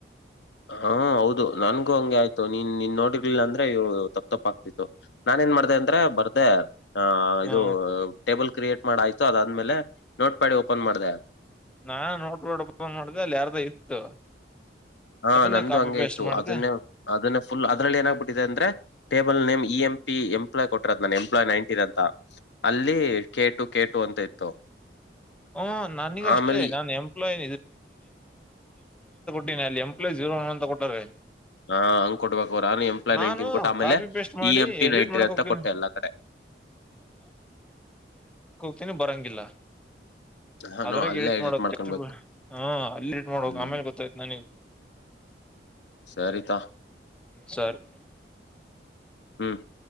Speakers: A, on the left; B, in the centre.
A: ಹಾ ಹೌದು ನನ್ಗೂ ಹಂಗೆ ಆಯ್ತು ನೀ ನಿನ್ ನೋಡಿರ್ಲಿಲ್ಲ ಅಂದ್ರೆ ಇವು ತಪ್ ತಪ್ ಆಗ್ತಿತ್ತು ನಾನ ಏನ್ ಮಾಡ್ದ ಅಂದ್ರೆ ಬರ್ದೆ ಆ
B: ಹ್ಮ
A: ಇದು ಟೇಬಲ್ ಕ್ರಿಯೇಟ್ ಮಾಡಾಯ್ತು ಅದಾದ್ಮೇಲೆ ನೋಟ್ ಪ್ಯಾಡಿ ಓಪನ್ ಮಾಡ್ದೆ.
B: ನಾನ್ ನೋಟ್ಬೋರ್ಡ್ ಓಪನ್ ಮಾಡಿದೆ ಅಲ್ಲಿ ಯಾರ್ದ ಇತ್ತು
A: ಹಾ
B: ಅದನ್ನೇ
A: ನಂದು
B: ಕಾಪಿ
A: ಹಂಗೆ
B: ಪೇಸ್ಟ್
A: ಇತ್ತು
B: ಮಾಡಿದೆ
A: ಅದನ್ನೇ ಅದನ್ನ ಫುಲ್ ಅದ್ರಲ್ಲಿ ಏನಾಗ್ಬಿಟ್ಟಿದೆ ಅಂದ್ರೆ table name E M P employee ಕೊಟರದ್ ನ ಎಂಪ್ಲಾಯ್ ನೈನ್ಟೀನ್ ಅಂತ ಅಲ್ಲಿ ಕೆ ಟು ಕೆ ಟು ಅಂತ ಇತ್ತು
B: ಹ್ಮ ನನಗ
A: ಆಮೇಲ್
B: ಅಷ್ಟೇ
A: ಈ
B: ನಾನ್ ಎಂಪ್ಲಾಯ್ ಟಿನಲ್ ಎಂ ಪ್ಲಾಯ್ ಜೀರೋ ಒನ್ ಅಂತ ಕೊಟ್ಟಾರೆ.
A: ಹಾ ಹಂಗ್ ಕೊಡ್ಬೇಕು ನಾನು ಎಂಪ್ಲಾಯಿ
B: ನಾನು
A: ನೈನ್ಟಿನ್ ಕೊಟ್ಟ ಆಮೇಲೆ
B: ಕಾಪಿ ಪೇಸ್ಟ್ ಮಾಡಿ
A: ಇ ಎಂ ಪಿ
B: ಎಡಿಟ್
A: ನೈನ್ಟಿನ್
B: ಮಾಡಕ್
A: ಹತ್ತ
B: ಹೋಗ್ತೀನಿ
A: ಕೊಟ್ಟೆ ಎಲ್ಲ ಕಡೆ.
B: ತೆನೆ ಬರೋಂಗಿಲ್ಲ.
A: ನಾನು
B: ಅದ್ರೆ
A: ಅಲ್ಲೇ
B: ಎಡಿಟ್ ಮಾಡು
A: ಮಾಡ್ಕೊಬೇಕು
B: ಹ ಅಲ್ಲಿ ಎಡಿಟ್ ಮಾಡಕ್
A: ಹ್ಮ್
B: ಆಮೇಲೆ ಗೊತಾಯ್ತು ನಾನಗ
A: ಸರಿತಾ
B: ಸರಿ.
A: ಹ್ಮ್